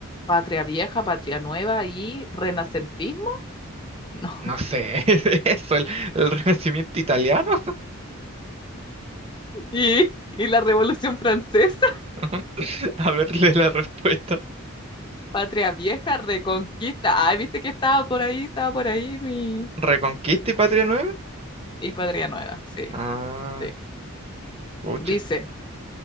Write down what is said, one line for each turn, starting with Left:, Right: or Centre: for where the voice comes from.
Left: Patria vieja, patria nueva y renacentismo. No.
Right: No sé,
Left: <laughs>
Right: <laughs> eso, el, el renacimiento italiano.
Left: Y, y la Revolución Francesa. <laughs>
Right: <laughs> A verle la respuesta.
Left: Patria vieja, reconquista. Ay, viste que estaba por ahí, estaba por ahí mi...
Right: ¿Reconquista y patria nueva?
Left: Y patria nueva, sí,
Right: Ah,
Left: sí.
Right: pucha.
Left: Dice,